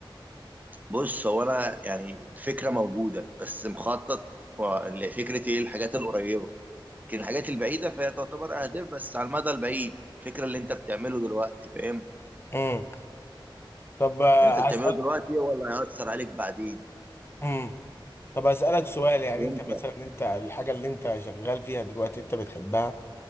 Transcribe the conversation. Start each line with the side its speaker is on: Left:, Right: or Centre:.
Right: بص هو انا يعني الفكره موجوده بس مخطط و- لفكره ايه الحاجات القريبه لكن الحاجات البعيده فهي تعتبر اهداف بس على المدى البعيد الفكره اللي انت بتعمله دلوقتي فاهم
Left: امم طب
Right: اللي انت بتعمله
Left: هسألك
Right: دلوقتي هو اللي هيأثر عليك بعدين
Left: امم طب أسألك سؤال يعني
Right: وانت
Left: انت مثلا انت الحاجة اللي انت شغال فيها دلوقتي انت بتحبها